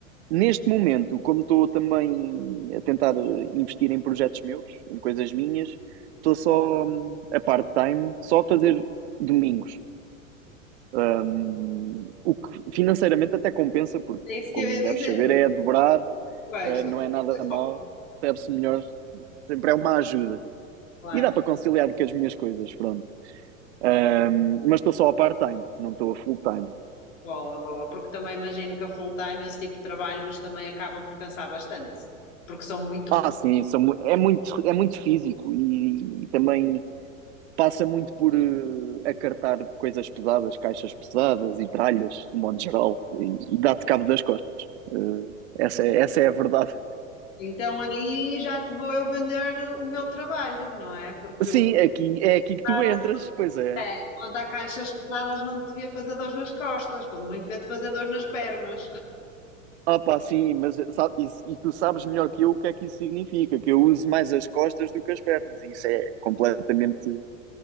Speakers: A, on the right (about 55°); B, on the left (about 65°).
A: Neste momento, como estou também a tentar eh, investir em projetos meus, em coisas minhas, estou só hum, a part-time, só a fazer domingos. Hum, o que financeiramente até compensa, porque,
B: É isso que
A: como
B: eu ia dizer,
A: deves saber,
B: do
A: é a dobrar,
B: Marcoleiros,
A: eh,
B: também
A: não é nada mal,
B: bom,
A: serve-se melhor, sempre é uma ajuda.
B: claro.
A: E dá para conciliar com as minhas coisas, pronto. Hum, mas estou só a part-time, não estou a full-time.
B: Boa, boa, porque também imagino que a full time, esse tipo de trabalhos também acabam por cansar bastante, porque são muito
A: Ah, sim, são mu- é muito, é muito físico e, e também passa muito por eh, acartar coisas pesadas, caixas pesadas e tralhas, de modo geral, e, e dá-te cabo das costas. Eh, essa é, essa é a verdade.
B: Então aí já te vou eu vender o meu trabalho, não é?
A: <laughs>
B: Porque
A: Sim, é aqui, é aqui que tu
B: levantar
A: entras, pois é.
B: É. levantar caixas pesadas não te devia fazer dor nas costas, quando muito devia-te fazer dor nas pernas.
A: Ah, pá, sim, mas sabe, isso- e tu sabes melhor que eu o que é que isso significa, que eu uso mais as costas do que as pernas, e isso é completamente